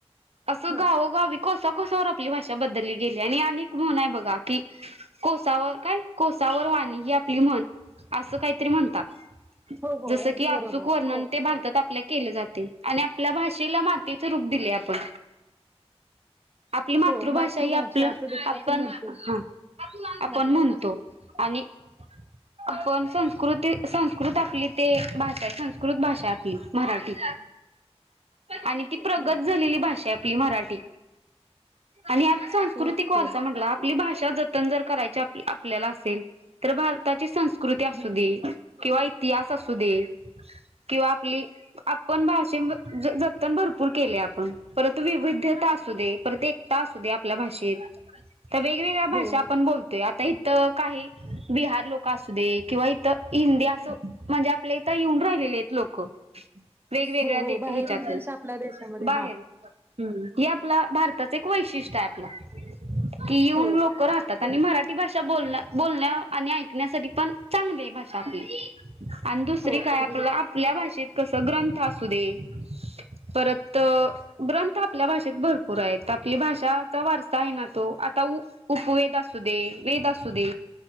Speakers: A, on the right; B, on the right.
A: असं
B: हा
A: गाव वी कोसा कोसावर आपली भाषा बदलली गेली आणि एक म्हण हाय बघा की कोसावर काय कोसावर वाणी ही आपली म्हण असं काहीतरी म्हणतात
B: हो हो
A: जस
B: अगदी
A: की अचूक
B: बरोबर
A: वर्णन
B: हो
A: ते भारतात आपल्या केलं जाते आणि आपल्या भाषेला मातीचे रूप दिले आपण आपली मातृभाषा
B: हो
A: ही आपलं
B: असं देखील
A: आपण
B: म्हणतो
A: ह आपण
B: हा
A: म्हणतो आणि आपण संस्कृती संस्कृत आपली ते भाषा आहे संस्कृत भाषा आपली मराठी आणि ती प्रगत
B: हा
A: झालेली भाषा आहे आपली मराठी आणि आता सांस्कृतिक
B: ओके
A: वारसा म्हंटला आपली भाषा जप जतन जर करायची आप- आपल्याला असेल तर भारताची सं कृती
B: हा
A: असू दे किंवा इतिहास असू दे किंवा आपली आपण भाषे- जतन भरपूर केले आपण परंत वि <unintelligible> असू दे परत एकता असू दे आपल्या भाषेत तर वगवेगळ्या भाषा
B: हो
A: आपण बोलतोय आता हित <inaudible> काही बिहार लोक असू दे किंवा इथं हिंदी असं म्हणजे आपल्या इथं येऊन राहिल हेत लोकं वेगवेगळ्या
B: हो
A: दे-हेच्यातल
B: हो बाहेरील देश आपल्या देशामध्ये
A: बाहेर
B: हा
A: हम्म हे आपलं भारताचं एक वैशिष्ट्य आहे आपलं कि येऊन
B: हो
A: लोक राहतात आणि मराठी भाषा बोलण्या बोलण्या आणि ऐकण्यासाठी पण चांगली आहे भाषा आपली आणि दुसरी
B: हो
A: काय
B: अगदी
A: आपलं
B: बरोबर
A: आपल्या भाषेत कसं ग्रंथ असू दे परत अ.. ग्रंथ आपल्या भाषेत भरपूर आहेत आपली भाषा चा वारसा आहे ना तो आता उ उपवेद असू दे वेद असू दे